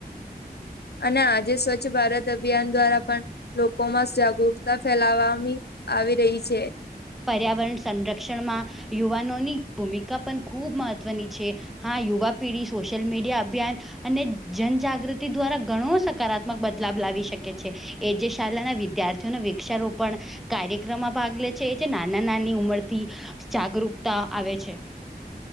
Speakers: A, on the left; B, in the centre.
A: અને આજે સ્વચ્છ ભારત અભિયાન દ્વારા પણ લોકો માં જાગૃકતા ફેલાવાવામાં આવી રહી છે.
B: પર્યાવરણ સંરક્ષણમાં યુવાનોની ભૂમિકા પણ ખૂબ મહત્ત્વની છે. હા યુવા પીઢી સોશિયલ મીડિયા અભિયાન અને જનજાગૃતિ દ્વારા ઘણો સકારાત્મક બદલાવ લાવી શકે છે. એ જે શાળાના વિદ્યાર્થીઓ વૃક્ષારોપણ કાર્યક્રમમાં ભાગ લે છે જે નાના નાની ઉંમર થી જાગૃકતા આવે છે.